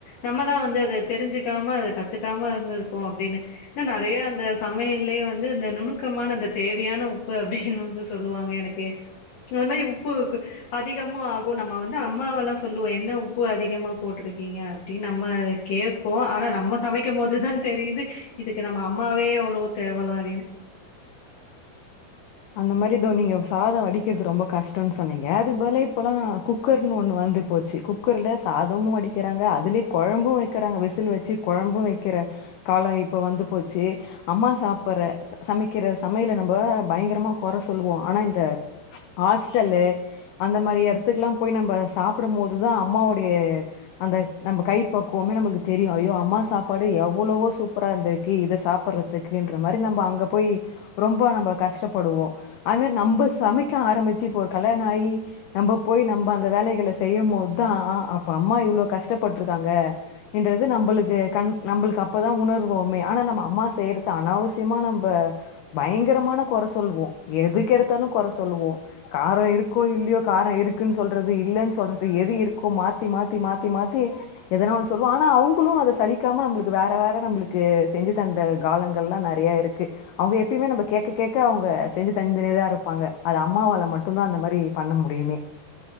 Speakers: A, on the left; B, on the left.
A: நம்மதா வந்து அத தெரிஞ்சுக்காம அத கத்துக்காம இருந்துருக்கோ அப்டின்னு ஏன்னா நெறய அந்த சமையல்லே வந்து இந்த நுணுக்கமான அந்த தேவயான உப்பு அப்டின்னு வந்து சொல்லுவாங்க எனக்கு அது மாரி உப்புக்கு அதிகமு ஆகு நம்ம வந்து அம்மாவெல்லா சொல்லுவோ என்ன உப்பு அதிகமா போட்ருக்கீங்க அப்டினு நம்ம கேப்போ ஆனா நம்ம சமைக்கும் போதுதா தெரியுது இதுக்கு நம்ம அம்மாவே எவ்வளோ தேவலா அப்டின்டு
B: அந்த மாரி இதோ நீங்க சாதோ வடிக்குறது ரொம்ப கஷ் ன்ட்டுனு சொன்னீங்க அதுக்கு பதுல இப்பலா குக்கர்னு ஒன்னு வந்து போச்சி குக்கர்ல சாதமும் வடிக்குறாங்க அதுலே கொழம்பு வெக்குறாங்க விசில் வச்சு கொழம்பு வெக்குற காலோ இப்பே வந்து போச்சி அம்மா சாப்புற சா சமைக்கிற சமையல நம்ம பயங்கரமா கொற சொல்லுவோ ஆனா இந்த ஹாஸ்டலு அந்த மாரி எடத்துக்குலா போய் நம்ம சாப்பிடு போதுதா அம்மாவோடைய அந்த நம்ம கை பக்குவமே நம்மளுக்கு தெரியு ஐயோ அம்மா சாப்பாடு எவ்வளவோ சூப்பரா இருந்திருக் ஹேய் இத சாப்புடறதுக்கென்ற மாரி நம்ப அங்கப் போய் ரொம்ப நம்ப கஷ்டபடுவோ அது நம்ப சமைக்க ஆரமிச்சி இப்போ ஒரு கல்யாண ஆயி நம்ம போய் நம்ம அந்த வேலகள செய்யும்போதுதா அப்ப அம்மா இவ்ளோ கஷ்டபட்ருக்காங்க என்றது நம்பளுக்கு கண் நம்பளுக்கு அப்பதா உணர்வோமே ஆனா நம்ம அம்மா செய்யுறது அனாவசியமா நம் இப்ப பயங்கரமான கொற சொல்லுவோ எதுக்கு எடுதாலு கொற சொல்லுவோ காரோ இருக்கோ இல்லையோ கார இருக்குனு சொல்றது இல்லனு சொல்றது எது இருக்கோ மாத்தி மாத்தி மாத்தி மாத்தி எதனா ஒன்னு சொல்லுவோ ஆனா அவுங்களு அத சலிக்காம நம்மளுக்கு வேற வேற நம்மளுக்கு செஞ்சு தந்த காலங்கள்லா நெறய இருக்கு க்கு அவுங்க எப்பயுமே நம்ம கேக்க கேக்க அவுங்க செஞ்சு தந்துனேதா இருப்பாங்க அது அம்மாவால மட்டுதா அந்த மாரி பண்ண முடியுமே